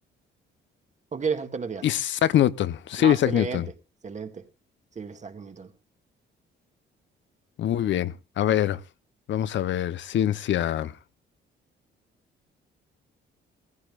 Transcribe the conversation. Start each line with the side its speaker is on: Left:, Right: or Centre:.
Right: ¿O quieres alternativas?
Left: Isaac Newton. Sir
Right: Ah,
Left: Isaac
Right: excelente,
Left: Newton.
Right: excelente. Sí, Isaac Newton.
Left: Muy bien. A ver, vamos a ver. Ciencia.